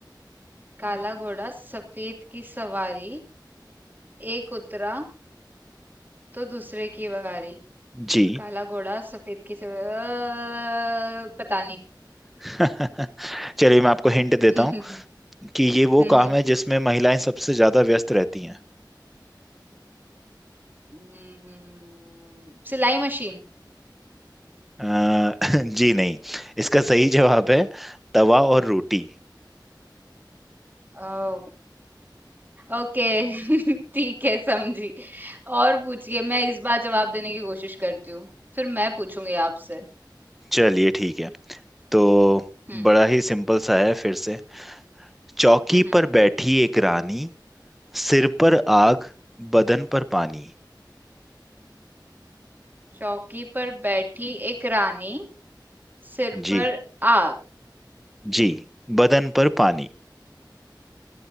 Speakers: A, on the right (about 25°); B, in the centre.
A: काला घोड़ा सफेद की सवारी एक उतरा तो दूसरे की बारी
B: जी
A: काला घोड़ा सफेद के सिवा अ, पता नहीं
B: <laughs> चलिए मैं आपको हिंट देता
A: <laughs>
B: हूँ कि ये वो
A: हम्म
B: काम है जिसमें महिलाएं सबसे ज्यादा व्यस्त रहती हैं
A: हम्म, सिलाई मशीन
B: अ, <laughs> जी नहीं इसका सही जवाब है तवा और रोटी
A: ओ ओके <laughs> ठीक है समझी और पूछिए मैं इस बार जवाब देने की कोशिश करती हूँ फिर मैं पूछूंगी आपसे
B: चलिए ठीक है तो
A: हम्म
B: बड़ा ही सिंपल सा है फिर से चौकी
A: हम्म
B: पर बैठी एक रानी सिर पर आग बदन पर पानी
A: चौकी पर बैठी एक रानी सिर
B: जी
A: पर आग
B: जी बदन पर पानी